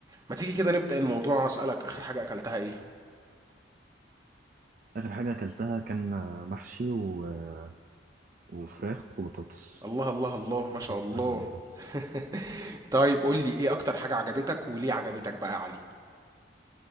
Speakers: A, on the right; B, on the right.
A: ما تيجي كده نبدا الموضوع اسالك اخر حاجه اكلتها ايه
B: آخر حاجة أكلتها كان آه، محشي و... آه، وفراخ وبطاطس
A: الله الله الله ما شاء الله
B: فراخ وبطاطس
A: <laughs> طيب قول لي ايه اكتر حاجه عجبتك وليه عجبتك بقى يا علي